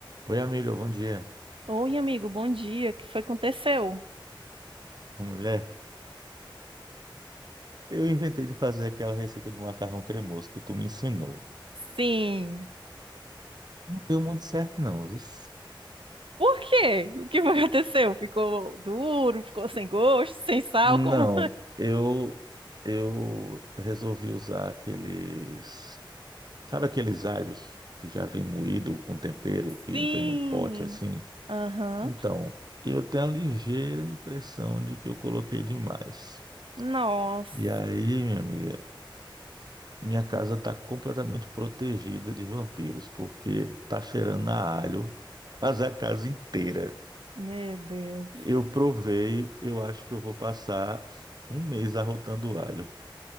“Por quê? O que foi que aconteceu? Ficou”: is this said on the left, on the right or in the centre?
Right